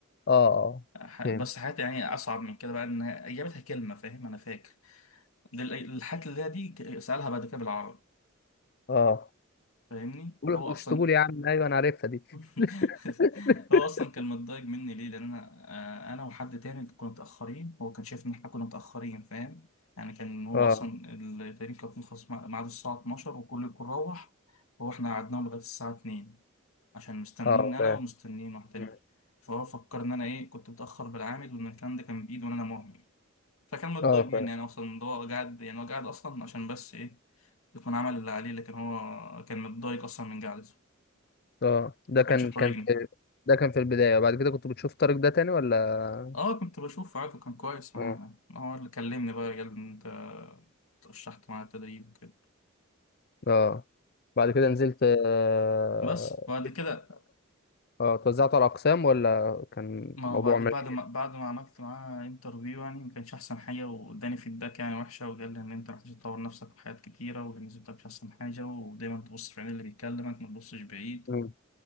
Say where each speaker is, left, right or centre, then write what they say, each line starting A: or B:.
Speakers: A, on the left; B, on the left.
A: اه اه
B: ح-
A: فاهم
B: بس حياتي يعني اصعب من كده بقى ان هي- جابتها كلمه فاهم انا فاكر لل- الحاجات اللي هي دي ك- سالها بعد كده بالعربي
A: اه
B: فاهمني
A: قول
B: هو
A: مش
B: اصلا
A: تقول يا عم ايوه انا عارفها دي
B: <laughs>
A: <laughs>
B: هو اصلا كان متضايق مني ليه لان انا آه، انا وحد تاني كنا متاخرين هو كان شايف ان احنا كنا متاخرين فاهم يعني كان هو
A: اه
B: اصلا التدريب كان بيخلص مع- ميعاده الساعه 12 وكل الكل روح هو احنا قعدناه لغايه الساعه 2 عشان مستنين
A: اه
B: انا
A: فاهم
B: ومستنين واحد تاني
A: مم.
B: فهو فكر ان انا ايه كنت متاخر بالعامل وان الكلام ده كان بايده وان انا مهمل فكان متضايق
A: اه فاهم
B: مني يعني اصلا إن هو قاعد يعني هو قاعد اصلا عشان بس ايه يكون عمل اللي عليه لكن هو كان متضايق اصلا من قعدته
A: اه ده
B: ما
A: كان
B: كانش يطايقني
A: كان في ده كان في البدايه وبعد كده كنت بتشوف طارق ده تاني ولا
B: اه كنت بشوف عادي كان كويس معايا
A: مم.
B: هو اللي كلمني بقى قال لي انت ترشحت معاه التدريب وكده
A: اه بعد كده
B: <laughs>
A: نزلت آه،
B: <clears throat> بس بعد كده
A: اه توزعته على اقسام ولا كان
B: ما
A: الموضوع
B: هو بعد
A: ماشي
B: بعد ما بعد ما عملت معاه انترفيو يعني ما كانش احسن حاجه واداني فيدباك يعني وحشه وقال لي ان انت محتاج تطور نفسك في حاجات كتيره والانجليزي بتاعك مش احسن حاجه ودايما تبص في عين اللي بيكلمك ما تبصش بعيد
A: مم.